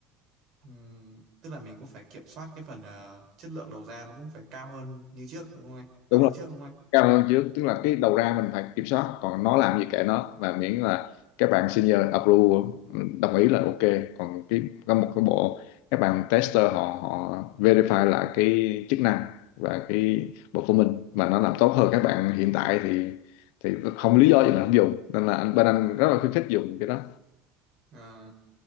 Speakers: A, on the right; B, on the left.
A: Ừm, tức là mình cũng phải kiểm soát cái phần ờ, chất lượng đầu ra nó cũng phải cao hơn như trước đúng không anh? Cao
B: đúng
A: hơn
B: rồi
A: trước đúng không anh?
B: cao hơn trước tức là cái đầu ra mình phải kiểm soát còn nó làm gì kệ nó và miễn là các bạn senior approve đồng ý là ok còn cái có một cái bộ các bạn tester họ họ verify lại cái chức năng và cái bộ của mình mà nó làm tốt hơn các bạn hiện tại thì thì không lý do gì mà không dùng nên là anh bên anh rất là khuyến khích dùng cái đó
A: Ờ,